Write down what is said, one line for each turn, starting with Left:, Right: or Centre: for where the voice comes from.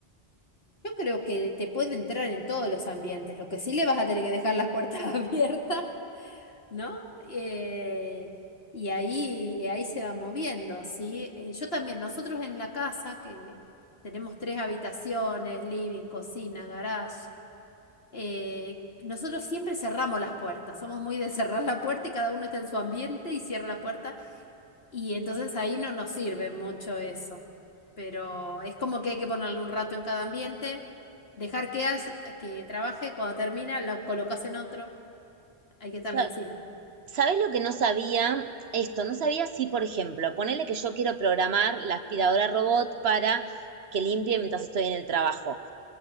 Left: Yo creo que te puede entrar en todos los ambientes, lo que sí le vas a tener que dejar las puertas <laughs> abiertas, ¿no? Eh, y ahí, ahí se va moviendo, ¿sí? Eh, yo también, nosotros en la casa, que tenemos tres habitaciones, living, cocina, garage, eh, nosotros siempre cerramos las puertas, somos muy de cerrar la puerta y cada uno está en su ambiente y cierra la puerta y entonces ahí no nos sirve mucho eso. Pero es como que hay que ponerle un rato en cada ambiente, dejar que, haz- que trabaje, cuando termina la colocas en otro, hay que estarle
Right: Sa-
Left: encima.
Right: ¿Sabés lo que no sabía? Esto, no sabía si, por ejemplo, ponele que yo quiero programar la aspiradora robot para que limpie mientras estoy en el trabajo.